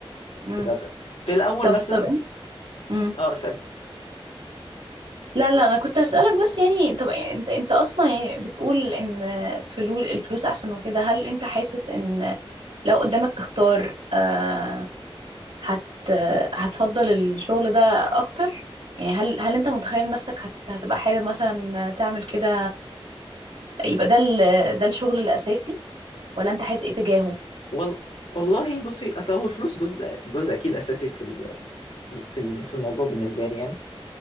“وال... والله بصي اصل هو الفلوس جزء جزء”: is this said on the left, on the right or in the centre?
Left